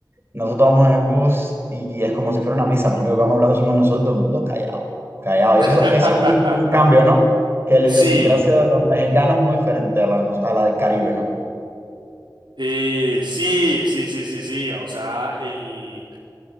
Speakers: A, on the right; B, on the right.
A: Nosotros vamos en el bus y es como si fuera una misa, los únicos que vamos hablando somos nosotros, todo el mundo callado, callado.
B: <laughs>
A: Y eso, eso es un, un cambio, ¿no? Que la
B: Sí,
A: idiosincrasia de los mexicanos es muy diferente a la, a la del Caribe, ¿no?
B: eh, sí, sí, sí, sí, sí. O sea, el,